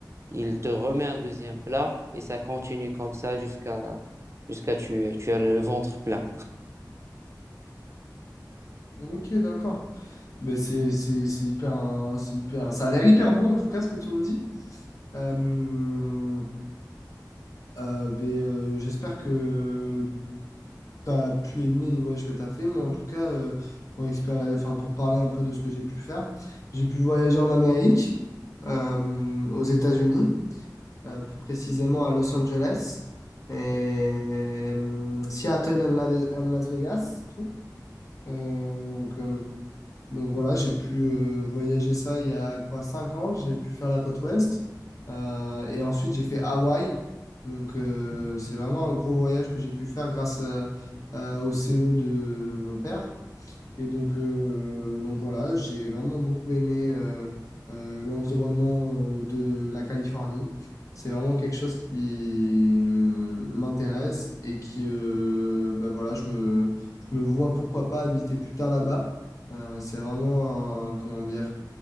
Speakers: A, on the right; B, on the left.
A: il te remet un deuxième plat et ça continue comme ça jusqu'à jusqu'à tu, tu as le ventre plein.
B: Mhm. Ok, d'accord. Ben, c'est c'est- c'est hyper, un- c'est hyper, ça a l'air hyper bon en tout cas ce que tu me dis. Euh, Euh, ben, euh, j'espère que tu as pu aimer les voyages que tu as fait. Moi, en tout cas, euh, pour expéri- enfin, pour parler un peu de ce que j'ai pu faire, j'ai pu voyager en Amérique, euh, aux États-Unis, euh, plus précisément à Los Angeles, et, euh, Seattle and, La- and Las Vegas, tout. Euh, donc, euh, donc voilà, j'ai pu euh, voyager ça il y a quoi, 5 ans, j'ai pu faire la côte ouest. Euh, et ensuite, j'ai fait Hawaï. Donc euh, c'est vraiment un gros voyage que j'ai pu faire grâce euh, euh, au CE de mon père. Et donc, euh, donc voilà, j'ai vraiment beaucoup aimé euh, euh, l'environnement euh, de la Californie. C'est vraiment quelque chose qui hum, m'intéresse et qui, euh, ben voilà, je me, je me vois pourquoi pas habiter plus tard là-bas. Euh, c'est vraiment un, comment dire,